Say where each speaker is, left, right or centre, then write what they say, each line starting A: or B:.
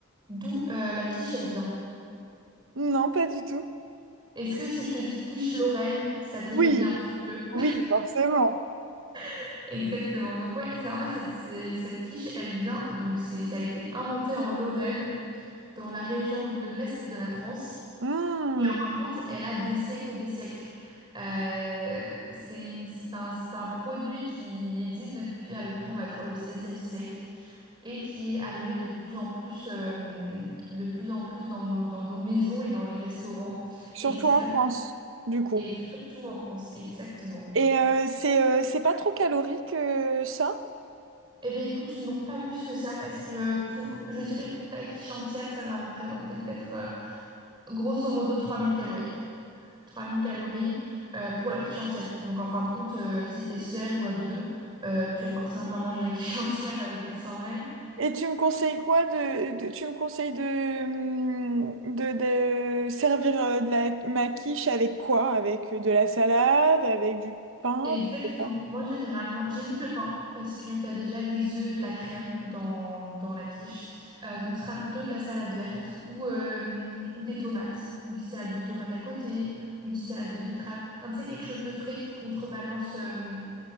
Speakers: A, on the right (about 20°); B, on the right (about 65°).
A: d'où euh, la quiche, elle vient?
B: Non, pas du tout.
A: Est-ce que si je te dis quiche Lorraine, ça t'aiguille
B: Oui,
A: un petit peu?
B: oui, forcément.
A: <laughs> Exactement. Donc ouais, ça, en fait, c'est- c'est- cette quiche, elle vient, donc c'est, ça a été inventé en Lorraine, dans la région de l'Est de la France.
B: Hmm,
A: Et en fin de compte, elle a des siècles et des siècles. Euh, c'est une- c'est un, c'est un produit qui existe depuis à peu près, on va dire, le 16 siècle et qui est arrivé de plus en plus, euh, de plus en plus dans nos, dans nos maisons et dans les restaurants.
B: Surtout
A: Et, que c'est
B: en
A: vach-
B: France, du coup.
A: et surtout en France, exactement.
B: Et euh, c'est euh, c'est pas trop calorique euh, ça?
A: Eh bien, écoute, non, pas plus que ça, parce que euh, pour, je dirais pour ta quiche entière, ça va représenter peut-être euh, grosso modo 3000 calories. 3000 calories euh, pour la quiche entière. Donc, en fin de compte, euh, si t'es seul ou à deux, euh, tu vas forcément pas manger la quiche <laughs> entière euh, dès le soir même.
B: Et tu me conseilles quoi de, de- tu me conseilles de hum, de, de servir euh, de la ma quiche avec quoi? Avec euh, de la salade, avec du pain,
A: Exactement.
B: je sais pas.
A: Moi, généralement, j'évite le pain parce que tu as déjà des œufs et de la crème dans, dans la quiche. Euh, donc, ce sera plutôt de la salade verte ou, euh, ou des tomates. Une petite salade de tomates à côté, une petite salade de betterave. Enfin, tu sais, quelque chose de frais qui contrebalance, euh,